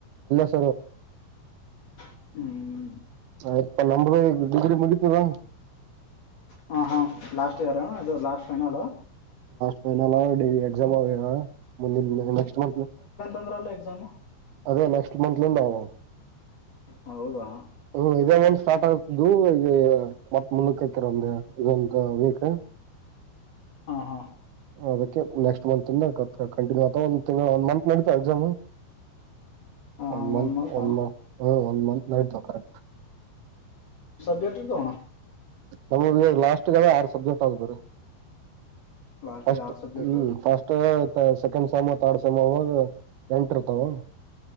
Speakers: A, on the right; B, on the left.
A: ಸ
B: ಹ್ಮ್
A: ಆಯ್ತಪ್ಪ ನಂದು ಡಿಗ್ರಿ ಮುಗಿತು ಹಾ
B: ಹ ಹಾ ಲಾಸ್ಟ್ ಇಯರ್ ಲಾಸ್ ಫೈನಲ್ ಹು
A: ನಏನ ಅಲ್ಲ ಡ ಎಕ್ಸಾಮ್ ಆ ಮುಂದ ನೆಕ್ಸ್ಟ್ ಮಂತ್
B: ಂದ್ರಲ್ಲ ಎಕ್ಾಮ್
A: ಅದೇ ನೆಕ್ಸ್ಟ್ ಮತ್ಲಿಂದ ಆ
B: ಹೌದಾ ಹಾ
A: ಹ್ಮ ಇದ ಒಂದ್ ಸ್ಟಾರ್ಟ್ ಆಗ್ತು ಈ ಮತ್ತತ್ ಮುಂದಕ್ಕೆತರ ಒಂದ ಇದೊಂದು ವೀಕ್
B: ಹಾ ಹಾ
A: ಅದಕ್ಕೆ ನೆಕ್ಸ್ಟ್ ಮಂತ್ಂದ ಕಂಟಿನ್ಯೂ ಅ ಒ ಒಂದ್ ಮಂತ್ ನಡತಾ ಎಕ್ಸಾಮ್
B: ಹಾ
A: ಒಂ
B: ಹಾ
A: ಮಂತ್
B: ಒನ್ ಮಂತಾ
A: ಒಂ ಮ ಹ ಒಂ ಮಂತ್ ನಡ್ ಅಕ್ ಹಾ.
B: <unintelligible> ವಣ್ಣ.
A: ನಮೂಗಿವಾಗ್ ಲಾಸ್ಟ್ ಟಿಗೆಲ್ಲ ಆರ್ ಸಬ್ಜೆಕ್ಟ್ ಆಗ್ಬುರಿ.
B: ಲಾಸ್ಟಿಗೆ
A: ಫಸ್ಟ್
B: ಆರು ಸಬ್ಜೆಕ್ಟ್
A: ಹ್ಮ್ ಫಸ್ಟ್ ತ ಸೆಕೆಂಡ್ ಸೇಮ್ ತಾರ್ ಸಲುವಾಗ. ಎಂಟ್ ಇರ್ತಾವ